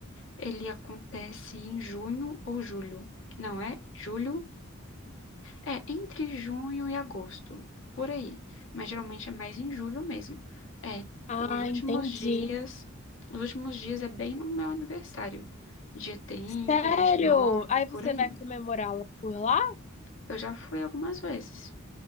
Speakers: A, on the left (about 65°); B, on the left (about 30°).
A: ele acontece em junho ou julho. Não é julho, é entre junho e agosto, por aí. Mas geralmente é mais em julho mesmo. É,
B: Ah,
A: os últimos
B: entendi.
A: dias, os últimos dias é bem no meu aniversário. Dia trinta,
B: Sério?
A: vinte e nove,
B: Aí
A: por
B: você
A: aí.
B: vai comemorá-la por lá?
A: Eu já fui algumas vezes.